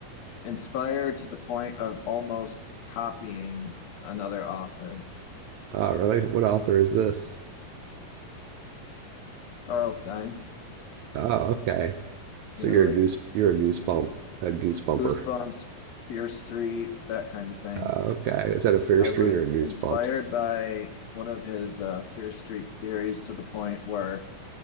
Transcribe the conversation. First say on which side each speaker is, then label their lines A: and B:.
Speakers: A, on the left (about 75°); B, on the right (about 75°).
A: inspired to the point of almost copying another author,
B: <laughs> oh, really? What author is this?
A: Arlstein,
B: Oh, okay. So
A: you know,
B: you're
A: like
B: a goose. You're a goose bump, A goose bumper.
A: Goosebumps, Fear Street, that kind of thing.
B: Uh, okay. Is that a fair
A: I
B: street
A: was
B: or a goose
A: inspired
B: bumps?
A: by one of his uh, Fear Street series to the point where